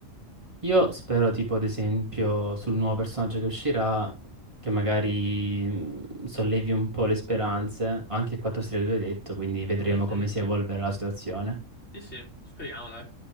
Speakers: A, on the right; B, on the left.
A: Io spero, tipo, ad esempio, sul nuovo personaggio che uscirà, che magari mh, sollevi un po' le speranze. Ho anche il 4 stelle che vi ho detto, quindi vedremo
B: Mhm,
A: come si evolverà la situazione.
B: Sì, sì, speriamo, dai.